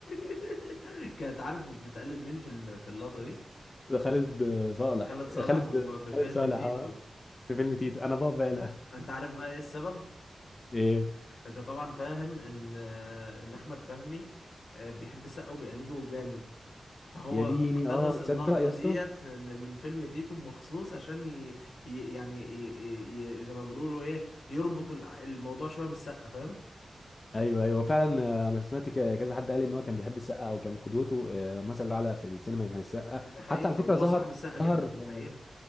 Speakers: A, on the left; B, on the left.
A: <laughs> كانت عارف بتقلد مين في ال- في اللقطة دي
B: ده خالد صالح
A: خالد صالح
B: خالد
A: في مو- في
B: خالد
A: فيلم
B: صالح
A: تيتو
B: اه في فيلم تيتو انا بابا يالا
A: انت عارف بقى ايه السبب
B: <laughs> ايه
A: انت طبعا فاهم ان آه، ان احمد فهمي آه، بيحب السقا وبيقلده جامد فهو
B: يا ديني
A: اقتبس
B: اه تصدق
A: اللقطة
B: يا
A: ديت
B: اسطى
A: من فيلم تيتو مخصوص عشان ي... ي... يعني ي... ي... زي ما بيقولوا ايه يربط الع- الموضوع شوية بالسقا فاهم
B: ايوه ايوه فعلا آه، انا سمعت ك- كذا حد قال لي ان هو كان بيحب السقا او كان قدوته آه، مثل اعلى في السينما كان السقا
A: دي حقيقة
B: حتى على فكره
A: وهو
B: ظهر
A: صاحب السقا جدا
B: ظهر
A: في
B: في
A: الحقيقة